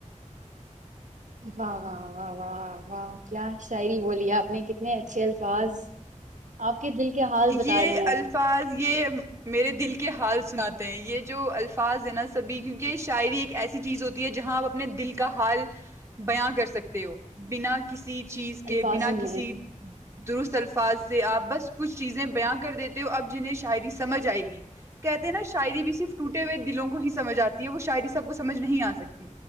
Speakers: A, on the right; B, on the right.
A: و و و و و کیا شاعری بولی آپ نے کتنے اچھے الفاظ آپ کے دل کے حال
B: یہ
A: بتا رہے
B: الفاظ
A: ہیں
B: یہ میرے دل کے حال سے سناتے ہیں یہ جو الفاظ ہے نا سبھی کیونکہ شاعری ایک ایسی چیز ہوتی ہے جہاں آپ اپنے دل کا حال بیاں کر سکتے ہو بنا کسی چیز کے
A: الفاظوں
B: بنا کسی
A: میں
B: درست الفاظ سے آپ بس کچھ چیزیں بیاں کر دیتے ہو اب جنہیں شاعری سمجھ آئے گی کہتے ہیں نا شاعری بھی سرف ٹوٹے ہوئے دلوں کو ہی سمجھ آتی ہے وہ شاعری سب کو سمج نہیں آ سکتی